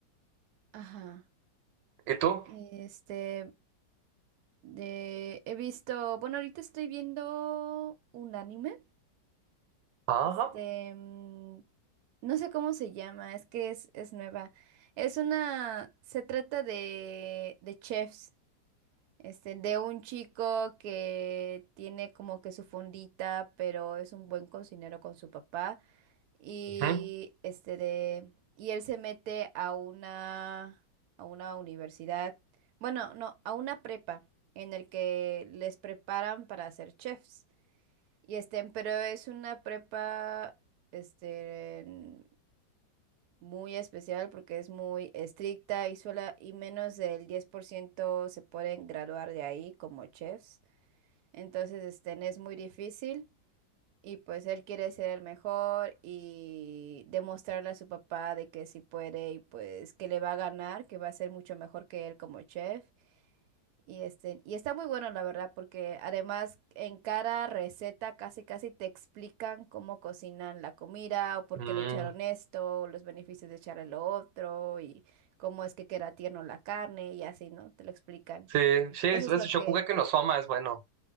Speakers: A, on the right; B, on the right.
A: Ajá.
B: ¿Y tú?
A: Este, de, he visto, bueno, ahorita estoy viendo un anime.
B: Ajá.
A: Este, mm, no sé cómo se llama, es que es, es nueva. Es una, se trata de, de chefs. Este, de un chico que tiene como que su fondita, pero es un buen cocinero con su papá. Y
B: Ujú.
A: este de, y él se mete a una, a una universidad, bueno, no, a una prepa, en el que les preparan para ser chefs. Y este, pero es una prepa, este, muy especial porque es muy estricta y sola, y menos del 10% se pueden graduar de ahí como chefs. Entonces, este, es muy difícil y pues él quiere ser el mejor y demostrarle a su papá de que sí puede y pues que le va a ganar, que va a ser mucho mejor que él como chef. Y este, y está muy bueno la verdad, porque además en cada receta casi casi te explican cómo cocinan la comida o por
B: Mm,
A: qué le echaron esto, o los beneficios de echarle lo otro y cómo es que queda tierno la carne y así, ¿no? Te lo explican.
B: Sí, sí, es-
A: Eso es
B: es-
A: lo
B: Shokugeki
A: que
B: no Soma es bueno.